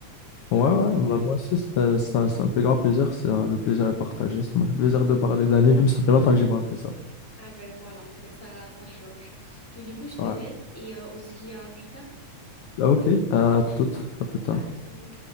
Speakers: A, on the left; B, in the centre.
A: Ouais,
B: Euh,
A: ouais, moi moi aussi, c'était- ça, ça me fait grand plaisir. C'est, un- le plaisir est partagé. Ça m'a fait plaisir de parler d'anime. Ça fait longtemps que j'ai pas fait ça.
B: ah ben voilà, ben ça, ça change. Et du coup, je te
A: Ouais.
B: laisse et euh, on se dit à plus tard.
A: Bah, ok, à toutes, à plus tard.
B: À tout.